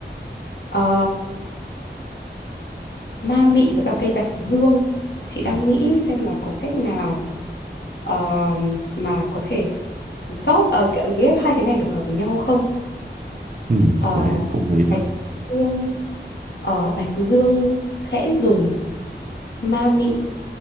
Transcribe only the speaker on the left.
Ờ ma mị với cả cây bạch dương chị đang
nghĩ xem là có cách nào ờm, mà có thể góp ờ, ghép hai cái này được vào với nhau không
Ờ,
bạch dương ờ, bạch dương khẽ dùng ma mị